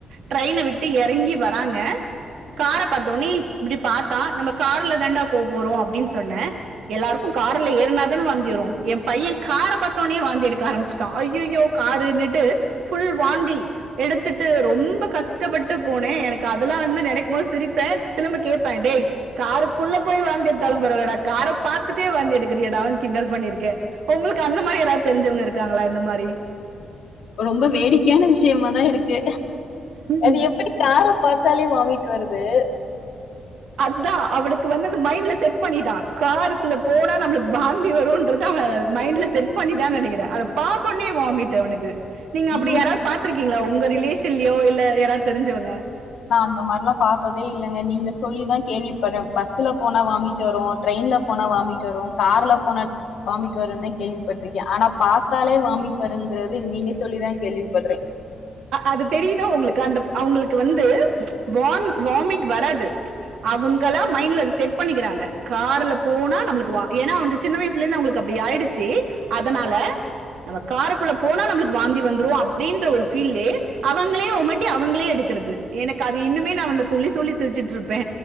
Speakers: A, on the right; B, on the left.
A: ட்ரெயின விட்டு எறங்கி வராங்க கார பாத்தோனே இப்டி பாத்தா நம்ம கார்ல தாண்டா போ போறோ அப்டின்னு சொன்னே எல்லாருக்கு கார்ல ஏறுனாதானே வாந்தி வரு எ பைய கார பாத்தோனே வாந்தி எடுக்க ஆரம்பிச்சுட்டா ஐயோ யோ காருனுட்டு ஃபுல் வாந்தி எடுத்துட்டு ரொம்ப கஷ்டப்பட்டு போனே எனக்கு அதெல்லா வந்து நெனைக்கும் போது சிரிப்பே திரும்ப கேப்பே டேய் காருக்குள்ள போய் வாந்தி எடுத்தாலு பரவால்லடா கார பாத்துட்டே வாந்தி எடுக்குறியேடானு கிண்டல் பண்ணிருக்கே உங்களுக்கு அந்த மாரி ஏதாவது தெரிஞ்சவங்க இருக்காங்களா இந்த மாரி
B: ரொம்ப வேடிக்கையான விஷ்யமாதா இருக்கு
A: ம்,
B: அது எப்டி கார பாத்தாலே வாமிட் வருது
A: அதா அவனுக்கு வந்து அந்த மைண்ட்ல செட் பண்ணிட்டா காருக்குள்ள போனா நம்ளுக் வாந்தி வருன்றது அவ மைண்ட்ல செட் பண்ணிட்டான்னு நெனக்குறே அத பாத்தோனே வாமிட் அவனுக்கு நீங்க அப்டி
B: ம்
A: யாராவது பாத்திருக்கீங்களா உ உங்க ரிலேஷன்லயோ இல்ல யாரா தெரிஞ்சவங்க
B: நா அந்த மாரி லா பாத்ததே இல்லங்க நீங்க சொல்லிதா கேள்விப்பட்றே பஸ்ஸூல போனா வாமிட் வரூ ட்ரெயின்ல போனா வாமிட் வரூ கார்ல போனா வாமிட் வரூ தா கேள்விப்பட்டிருக்கே ஆனா பாத்தாலே வாமிட் வரூங்கறது நீங்க சொல்லிதா கேள்விப்பட்றே
A: அது தெரிதா உங்களுக்கு அந்த அவுங்களுக்கு வந்து வா வாமிட் வராது அவுங்களா மைண்ட்ல அத செட் பண்ணிக்கிறாங்க கார்ல போனா நம்மளுக்கு வா ஏன்னா அவுங்க சின்ன வயசுலந்தே அவுங்களுக்கு அப்டி ஆயிடு சி அதனால நம்ம காருக்குள்ள போனா நம்மளுக்கு வாந்தி வந்துரு அப்படின்ற ஒரு ஃபீல் அவங்களே உமட்டி அவங்களே எடுக்குறது எனக்கு அது இன்னுமே நான் உ சொல்லி சொல்லி சிரிச்சுட்டு இருப்பே